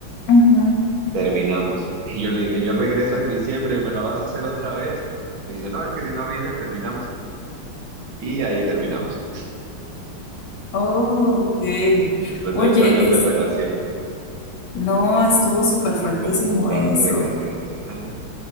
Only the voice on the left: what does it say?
ujú.
Oh, ok.
Oye,
es,
no, estuvo súper fuertísimo
eso.